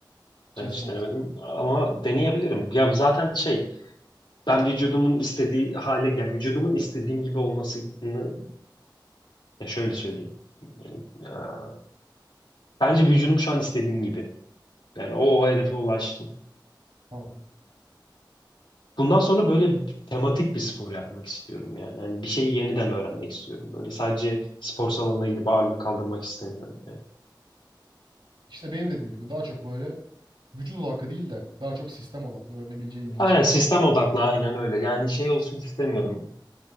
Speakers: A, on the right; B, on the left.
A: Chess
B: Ben hiç
A: boxing.
B: denemedim ama deneyebilirim. Ya zaten şey ben vücudumun istediği hale gel vücudumun istediğim gibi olmasını ya şöyle söyleyeyim. Yani, e, Bence vücudum şu an istediğim gibi. Yani o, o hedefe ulaştım.
A: Tamam.
B: Bundan sonra böyle tematik bir spor yapmak istiyorum yani. Hani bir şeyi yeniden öğrenmek istiyorum. Böyle sadece spor salonuna gidip ağırlık kaldırmak istemiyorum yani.
A: İşte benim dediğim gibi daha çok böyle vücut odaklı değil de daha çok sistem odaklı öğrenebileceğin ilginç
B: Aynen
A: şeyler
B: sistem
A: oldu.
B: odaklı aynen öyle. Yani şey olsun istemiyorum.